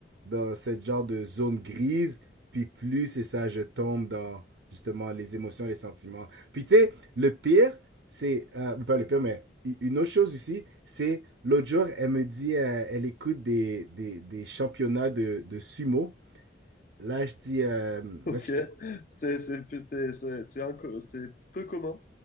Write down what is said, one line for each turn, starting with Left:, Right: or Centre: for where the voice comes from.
Right: dans cette genre de zone grise, puis plus c'est ça, je tombe dans justement les émotions, les sentiments. Puis tu sais, le pire, c'est, euh, ben, pas le pire, mais u- une autre chose aussi, c'est l'autre jour, elle me dit, euh, elle écoute des, des, des championnats de, de sumo. Là, je dis, euh,
Left: Ok,
Right: là, je
Left: c'est c'est c'est c'est c'est inco- c'est peu commun.